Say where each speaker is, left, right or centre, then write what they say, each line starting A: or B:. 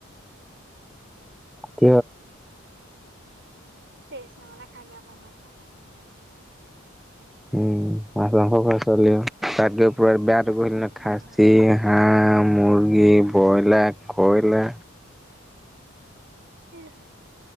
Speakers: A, in the centre; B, on the right.
A: ক
B: তেজ নহ'লে খাই বেয়া পম ভাত প
A: উম মাছ মাংস খ চোৱলীও তাত প
B: একো
A: বেয়াটো
B: মাছ
A: গ
B: মাংস খোৱা
A: খাচী
B: নহয়
A: হাঁহ মুৰ্গী
B: উম,
A: ব্ৰইলাৰ ক আ
B: উম